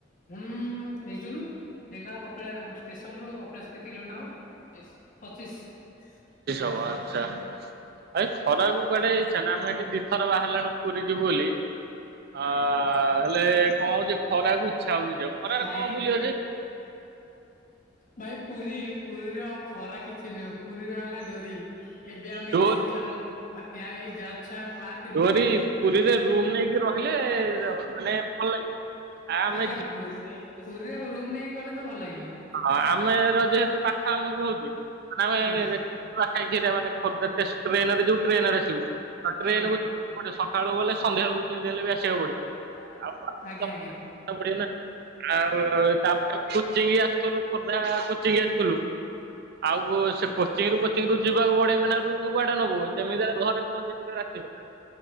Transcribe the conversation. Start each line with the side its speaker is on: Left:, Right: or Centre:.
Left: ହୁଁ <unintelligible> ଢେଙ୍କାନାଳ ଷ୍ଟ୍ରେସନରୁ କପଳାସ କେତେ କିଲୋମିଟର ହେବ? ପଚିଶ।
Right: ହବ ଆଚ୍ଛା। ଏଇ ଖରାକୁ କୁଆଡେ ଇଛା ନାଇଁ ଆମେ ଏଠି ଦିଇଥର ବାହାରିଲୁଣି ପୁରୀ ଯିବୁ ବୋଲି ଆ ହେଲେ କଣ ହଉଚି ଖରାକୁ ଇଚ୍ଛା ହଉନି ଯିବାକୁ ଖରାରେ
Left: ନାଇଁ
Right: କଣ ବୁଲିବ ଯେ।
Left: ଭାଇ ପୁରୀ ପୁରୀର ଖରା କିଛି ନହେଁ ପୁରୀ ର ହେଲା ଡୋରି ଏବେ ଆମେ
Right: ଡୋ
Left: ରିସେଣ୍ଟଲି ଆମର <unintelligible>
Right: ଡୋରି ପୁରୀରେ ରୁମ ନେଇକି ରହିଲେ ମାନେ ଭଲ ଲାଗିବ। ଆମେ
Left: ଆଜ୍ଞା ପୁରୀ ପୁରୀରେ ରୁମ୍ ନେଇକି ଗଲେ ତ ଭଲ ଲାଗିବ।
Right: ହଁ ଆମର ଯେହେତୁ ପାଖ ଆମକୁ ହେଉଚି ଆମେ
Left: ଆଜ୍ଞା
Right: <unintelligible> ଖୋର୍ଦ୍ଧା ଟ୍ରେନରେ ଯୋଉଁ ଟ୍ରେନରେ ଆସିବୁ ଟ୍ରେନ
Left: ଆଜ୍ଞା
Right: <unintelligible> କୋଉଁଠେ ସକାଳୁ ଗଲେ ସନ୍ଧ୍ୟା ହେଉ ଯିମିତି ହେଲେ ଆସିବାକୁ
Left: ଆଜ୍ଞା
Right: ପଡ଼ିବ
Left: ଆଜ୍ଞା
Right: ଆଉ <unintelligible> ଆଉ ତାପରେ କୋଚିଂ ଆସୁଥିଲୁ ଖୋର୍ଦ୍ଧା କୋଚିଂ ଆସିଥିଲୁ। ଆଉ ସେ କୋଚିଂ ରୁ କୋଚିଂ ରୁ ଯିବାକୁ ପଡିବ ମାନେ। <unintelligible> ତୁ କୁଆଡେ ନେବୁ ଯେମିତି ହେଲେ ଘରେ ପହଞ୍ଚେଇଦେ ରାତି ଭିତରେ।